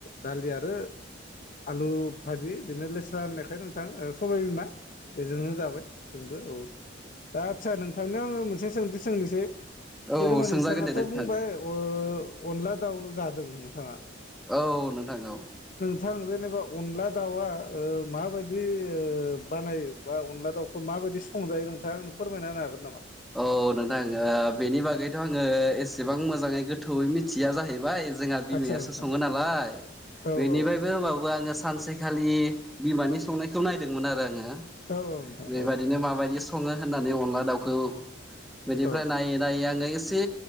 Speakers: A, on the left; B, in the centre.
A: दालि आरो आलु भाजि दिनो लेस्रा होननायखाय नोंथां ओ सबाय बिमा बेजोंनो जाबाय जोंबो औ। दा आदसा नोंथांनियाव आङो मोनसे सोंथि सोंनोसै।
B: औ
A: जेनेबा
B: सोंजागोन
A: नोंथाङाथ'
B: दे नोंथां
A: बुंबाय ओ अनला दाउ जादों नोंथाङा।
B: औ नोंथां औ।
A: थां जेनेबा अनला दाउआ ओ माबायदि ओ बानायो बा अनला दाउखौ मा माबायदि संजायो नोंथाङा आंनो फोरमायना होनो हागोन नामा?
B: औ नोंथां ओ बेनि बागैथ' आङो एसेबां मोजाङै गोथौयै मिथिया जाहैबाय। जोंहा बिमायासो
A: आदसा नोंथां
B: सङो नालाय।
A: औ
B: बेनिफायबो
A: औ
B: होमबाबो आङो सानसेखालि बिमानि संनायखौ नायदोंमोन आरो आङो।
A: औ औ नोंथां
B: बेबायदिनो
A: औ
B: माबायदि स सङो होननानै अनला दाउखौ बेनिफ्राय
A: औ
B: नायै नायै आङो एस से